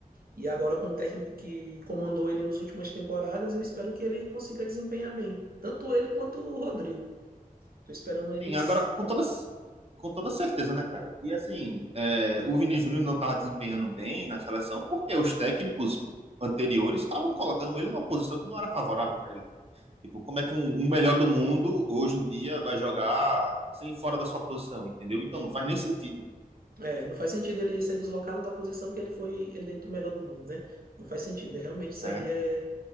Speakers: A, on the right; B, on the right.
A: E agora com o técnico que comandou ele nas últimas temporadas, eu espero que ele consiga desempenhar bem. Tanto ele quanto o Rodrigo. Tô esperando eles
B: Sim, agora com toda, com toda certeza, né, cara? E assim, é, o Vini Júnior não estava desempenhando bem na seleção porque os técnicos anteriores estavam colocando ele numa posição que não era favorável para ele. Tipo, como é que um, um melhor do mundo hoje em dia vai jogar sem fora da sua posição, entendeu? Então não faz nem sentido.
A: É, não faz sentido ele ser deslocado da posição que ele foi eleito o melhor do mundo, né? Não faz sentido. É, realmente isso
B: É,
A: aí é,